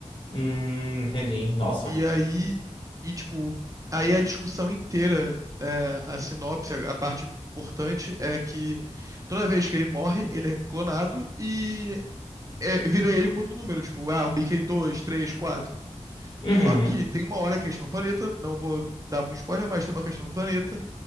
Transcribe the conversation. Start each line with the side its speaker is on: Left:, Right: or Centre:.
Left: Hum, entendi. Nossa.
Right: E aí, e tipo, aí a discussão inteira, é, a sinopse, a a parte importante é que toda vez que ele morre, ele é clonado e é, vira ele com outro número, tipo, ah, o Mickey dois três quatro
Left: Uhum.
Right: Só que tem uma hora a questão do planeta, não vou dar muito spoiler, mas tem uma questão do planeta,